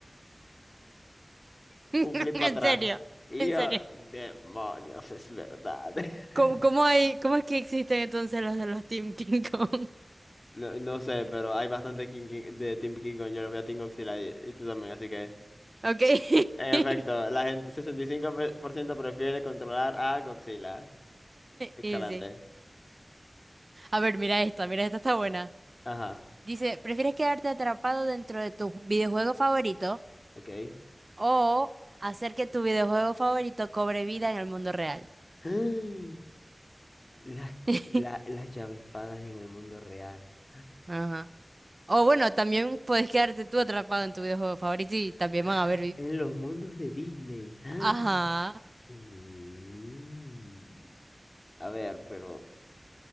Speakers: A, on the right; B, on the left.
A: <laughs>
B: Un flip
A: En
B: para atrás.
A: serio,
B: Y
A: en
B: yo,
A: serio.
B: demonios, es verdad. <laughs>
A: ¿Cómo, cómo hay, cómo es que existen entonces los de los Team King Kong? <laughs>
B: No, no sé, pero hay bastante King King- de Team King Kong. Yo lo veo a Team Godzilla y, y tú también, así que.
A: Ok.
B: En
A: <laughs>
B: efecto, la gente, sesenta y cinco por ciento prefiere controlar a Godzilla. Excelente.
A: Y sí. A ver, mira esta, mira esta está buena.
B: Ajá,
A: Dice, ¿prefieres quedarte atrapado dentro de tu videojuego favorito
B: ok.
A: o hacer que tu videojuego favorito cobre vida en el mundo real?
B: <gasps> Las,
A: <laughs>
B: la, las llavespadas en el mundo real.
A: Ajá. O bueno, también puedes quedarte tú atrapado en tu videojuego favorito y también
B: <gasps> ¡Ah!
A: van a ver. vi-
B: En los mundos de Disney. <gasps> ¡Ah!
A: Ajá.
B: Mm. A ver, pero...